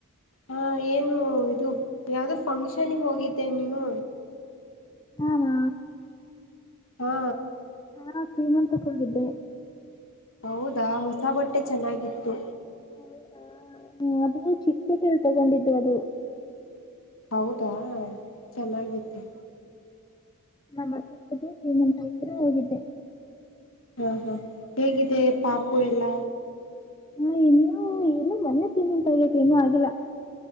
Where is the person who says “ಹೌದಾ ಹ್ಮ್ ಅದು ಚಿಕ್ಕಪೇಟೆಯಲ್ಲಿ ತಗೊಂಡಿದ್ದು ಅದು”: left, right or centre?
Left